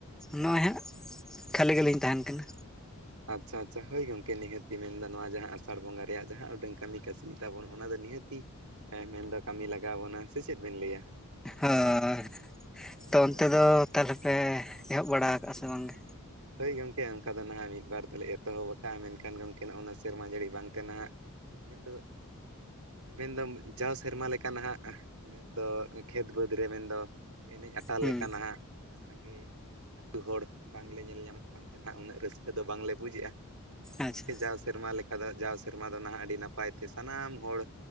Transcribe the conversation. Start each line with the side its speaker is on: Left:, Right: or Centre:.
Centre: ᱱᱚᱜᱼᱚ ᱦᱟᱜ ᱠᱷᱟᱹᱞᱤ ᱜᱮᱞᱤᱧ ᱛᱟᱦᱮᱱ ᱠᱟᱱᱟ
Right: ᱟᱪᱷᱟ ᱟᱪᱷᱟ ᱦᱳᱭ ᱜᱚᱢᱠᱮ ᱱᱤᱦᱟᱹᱛᱤ ᱢᱮᱱᱫᱟ ᱱᱚᱣᱟ ᱡᱟᱦᱟᱸ ᱟᱥᱟᱲ ᱵᱚᱸᱜᱟ ᱨᱮᱭᱟᱜ ᱡᱟᱦᱟᱸ ᱩᱰᱟᱹᱝ ᱠᱟᱹᱢᱤ ᱠᱟᱹᱥᱱᱤ ᱛᱟᱵᱚᱱ ᱚᱱᱟ ᱫᱚ ᱱᱤᱦᱟᱹᱛᱤ ᱦᱮᱸ ᱢᱮᱱᱫᱚ ᱠᱟᱹᱢᱤ ᱞᱟᱜᱟᱣ ᱵᱚᱱᱟ ᱥᱮ ᱪᱮᱫ ᱵᱮᱱ ᱞᱟᱹᱭᱟ?
Centre: ᱦᱳᱭ ᱛᱚ
Right: ᱦᱳᱭ
Centre: ᱚᱱᱛᱮ ᱫᱚ ᱛᱟᱦᱚᱞᱮ ᱯᱮ ᱮᱦᱚᱵ ᱵᱟᱲᱟ ᱠᱟᱜᱼᱟ ᱥᱮ ᱵᱟᱝᱜᱮ?
Right: ᱦᱳᱭ ᱜᱚᱢᱠᱮ ᱚᱱᱠᱟ ᱫᱚ ᱱᱟᱦᱟᱸᱜ ᱢᱤᱫ ᱵᱟᱨ ᱫᱚᱞᱮ ᱮᱛᱚᱦᱚᱵ ᱠᱟᱜᱼᱟ ᱢᱮᱱᱠᱷᱟᱱ ᱜᱚᱢᱠᱮ ᱚᱱᱟ ᱥᱮᱨᱢᱟ ᱡᱟᱹᱲᱤ ᱵᱟᱝᱛᱮ ᱱᱟᱦᱟᱸᱜ ᱢᱮᱱ ᱫᱚ ᱢᱮᱱᱫᱚ ᱡᱟᱣ ᱥᱮᱨᱢᱟ ᱞᱮᱠᱟ ᱱᱟᱦᱟᱸᱜ ᱢᱮᱱᱫᱚ ᱠᱷᱮᱛ ᱵᱟᱹᱫᱽ ᱨᱮ ᱢᱮᱱᱫᱚ ᱮᱱᱮᱡ ᱟᱴᱟᱞ
Centre: ᱦᱩᱸ
Right: ᱞᱮᱠᱟ ᱱᱟᱦᱟᱸᱜ ᱥᱟᱸᱜᱮ ᱟᱛᱩ ᱦᱚᱲ ᱵᱟᱝ ᱵᱟᱝᱞᱮ ᱧᱮᱞ ᱧᱟᱢᱚᱜ ᱠᱟᱱ ᱛᱟᱦᱮᱸᱱᱟ ᱩᱱᱟᱹᱜ ᱨᱟᱹᱥᱠᱟᱹ ᱫᱚ ᱵᱟᱝᱞᱮ ᱵᱩᱡ ᱮᱼᱟ ᱢᱮᱱᱠᱷᱟᱱ
Centre: ᱟᱪᱪᱷᱟ
Right: ᱜᱚᱢᱠᱮ ᱡᱟᱣ ᱥᱮᱨᱢᱟ ᱞᱮᱠᱟ ᱫᱚ ᱡᱟᱣ ᱥᱮᱨᱢᱟ ᱫᱚ ᱱᱟᱦᱟᱸᱜ ᱟᱹᱰᱤ ᱱᱟᱯᱟᱭ ᱛᱮ ᱥᱟᱱᱟᱢ ᱦᱚᱲ